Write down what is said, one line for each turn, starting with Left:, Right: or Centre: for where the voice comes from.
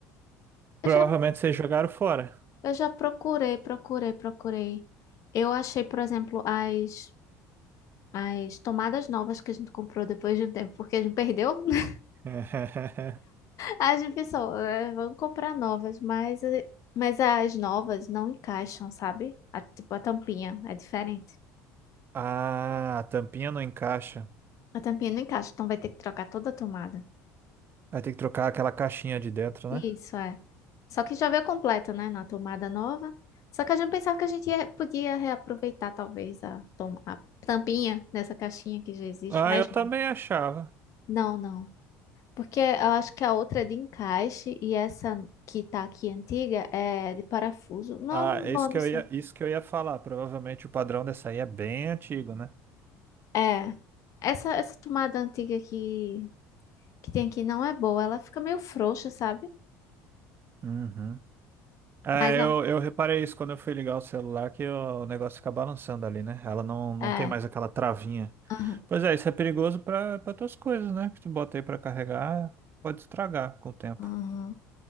Left: Eu
Right: Provavelmente
Left: já,
Right: vocês jogaram fora.
Left: eu já procurei, procurei, procurei. Eu achei, por exemplo, as, as tomadas novas que a gente comprou depois de um tempo, porque a gente perdeu. <laughs>
Right: <laughs>
Left: A gente pensou, "É, vamos comprar novas, mas, eh, mas as novas não encaixam, sabe? A- tipo, a tampinha é diferente.
Right: Ah, a tampinha não encaixa.
Left: A tampinha não encaixa, então vai ter que trocar toda a tomada.
Right: Vai ter que trocar aquela caixinha de dentro,
Left: Isso,
Right: né?
Left: é. Só que já veio completa, né? Na tomada nova. Só que a gente pensava que a gente ia- podia reaproveitar, talvez, a, tom- a tampinha dessa caixinha que já existe,
Right: Ah,
Left: mas
Right: eu também
Left: não.
Right: achava.
Left: Não, não. Porque eu acho que a outra é de encaixe e essa que tá aqui antiga é de parafuso. Não,
Right: Ah,
Left: não,
Right: é isso que
Left: não
Right: eu
Left: sei.
Right: ia, isso que eu ia falar. Provavelmente o padrão dessa aí é bem antigo, né?
Left: É. Essa, essa tomada antiga que, que tem aqui não é boa. Ela fica meio frouxa, sabe?
Right: Uhum. É,
Left: Mas a-
Right: eu, eu reparei isso quando eu fui ligar o celular, que o negócio fica balançando ali, né? Ela não, não
Left: é.
Right: tem mais aquela travinha.
Left: Aham.
Right: Pois é, isso é perigoso para para tuas coisas, né? Que tu bota aí pra carregar, pode estragar com o tempo.
Left: Aham.